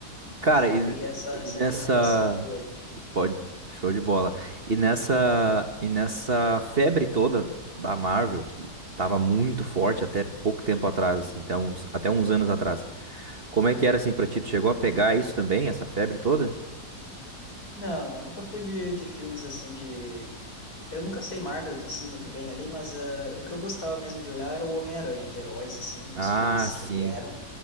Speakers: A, on the left; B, on the right.
A: mas
B: Cara,
A: eu já
B: e,
A: peguei essa,
B: e
A: essa
B: nessa.
A: recomendação tua aí.
B: Pode. Show de bola. E nessa. E nessa febre toda da Marvel, que tava muito forte até pouco tempo atrás, assim, até uns, até uns anos atrás. Como é que era assim pra ti? Tu chegou a pegar isso também, essa febre toda?
A: Não, não, nunca fui de, de filmes, assim, de Eu nunca sei Marvel, DC muito bem ali, mas ah, o que eu gostava mesmo de olhar era o Homem-Aranha, de heróis, assim, dos
B: Ah,
A: filmes
B: sim.
A: que vieram.